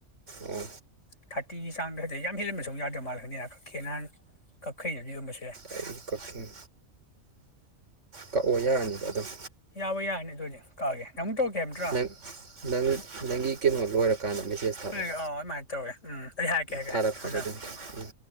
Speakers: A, on the right; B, on the left.
A: ꯑꯣ
B: ꯊꯥꯔꯇꯤꯒꯤ ꯆꯥꯡꯗ ꯍꯥꯏꯖ ꯌꯥꯝ ꯍꯦꯜꯍꯟꯕ ꯁ ꯌꯥꯗ꯭ꯔꯕ ꯃꯥꯜꯂꯁꯤꯅꯤꯅ ꯀꯛꯈꯦ ꯅꯍꯥꯟ ꯀꯛꯈꯩꯅꯩꯅꯗꯤ ꯌꯣꯟꯕꯁꯦ
A: ꯑꯩ ꯀꯛꯆꯤꯡ ꯀꯛꯑꯣ ꯌꯥꯔꯅꯤꯗ ꯑꯗꯨꯝ
B: ꯌꯥꯕ ꯌꯥꯔꯅꯤ ꯑꯗꯨꯗꯤ ꯀꯛꯑꯒꯦ ꯅꯪ ꯑꯃꯨꯛ ꯇꯧꯔꯛꯀꯦ ꯍꯥꯏꯕ ꯅꯠꯇ꯭ꯔꯥ
A: ꯅꯪ ꯅꯪ ꯅꯪꯒꯤ ꯀꯩꯅꯣ ꯂꯣꯏꯔꯀꯥꯟꯗ ꯃꯦꯁꯦꯖ ꯊꯥꯗꯛ
B: ꯂꯣꯏꯔꯒ ꯑꯥ ꯑꯗꯨꯃꯥꯏꯅ ꯇꯧꯔꯒꯦ ꯎꯝ ꯑꯩ ꯍꯥꯏꯔꯛꯀꯦ ꯍꯥꯏꯔꯛꯀꯦ
A: ꯊꯥꯔꯛꯄꯒ
B: ꯊꯝꯃꯦ ꯊꯝꯃꯦ
A: ꯑꯗꯨꯝ ꯎꯝ